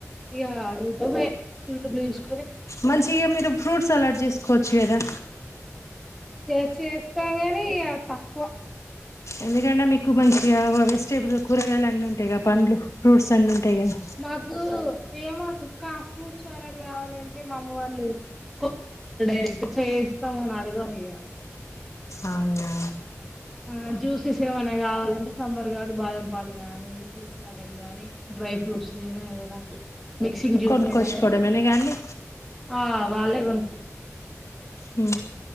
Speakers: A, in the centre; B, on the left.
A: ఇగా యూట్యూబే యూట్యూబ్లో జూస్
B: మంచిగా మీరు ఫ్రూట్ సలాడ్ జేసుకోచ్ చేదా
A: ఎ చేస్తా కాని తక్కువ
B: ఎందుకంటే మీకు మంచిగా వెజిటేబుల్స్ కూరగాయలు అన్ని ఉంటాయి గా పండ్లు ఫ్రూట్స్ అన్ని ఉంటాయి కదా
A: మాకు ఇగ మాకు కా ఫ్రూట్స్ సలాడ్ కావాలంటే మా అమ్మ వాళ్ళు కొ <inaudible> డైరెక్ట్ చేయిస్తాము అని అడగము ఇగ
B: అవునా
A: ఆ జ్యూసెస్ ఏమైన్నా కావాలంటే సమ్మర్ కాబట్టి బాదం పాలు గానీ ఫ్రూట్స్ సలాడ్ గాని డ్రై ఫ్రూట్స్ అయినా ఏదైనా మిక్సింగ్ జ్యూస్
B: కొనుక్కొచ్చుకోవడమేనే
A: అయినా గాని
B: కానీ
A: ఆ వాళ్ళే కొను
B: ఊ